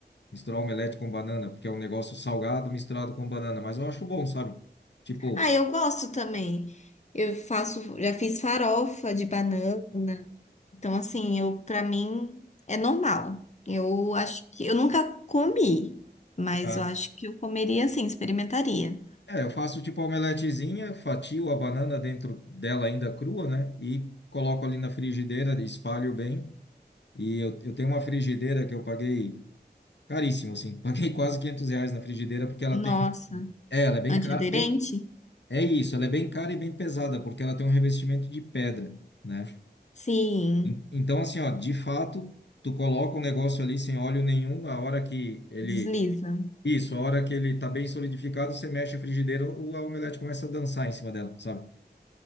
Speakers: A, on the left (about 85°); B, on the left (about 40°).
A: misturar omelete com banana, porque é um negócio salgado misturado com banana, mas eu acho bom, sabe? Tipo,
B: Ah, eu gosto também. Eu faço, já fiz farofa de banana. Então, assim, eu para mim é normal. Eu acho que eu nunca comi, mas
A: É.
B: eu acho que eu comeria assim, experimentaria.
A: É, eu faço tipo a omeletezinha, fatio a banana dentro dela ainda crua, né? E coloco ali na frigideira, espalho bem. E eu, eu tenho uma frigideira que eu paguei caríssimo, assim. <laughs> Paguei quase 500 reais na frigideira porque ela
B: Nossa,
A: tem... um- É, ela é bem
B: antiaderente?
A: cara, bem... É isso, ela é bem cara e bem pesada porque ela tem um revestimento de pedra, né?
B: Sim,
A: En- Então, assim, ó, de fato, tu coloca o negócio ali sem óleo nenhum, a hora que ele...
B: desliza.
A: Isso, a hora que ele tá bem solidificado, você mexe a frigideira, o- a omelete começa a dançar em cima dela, sabe?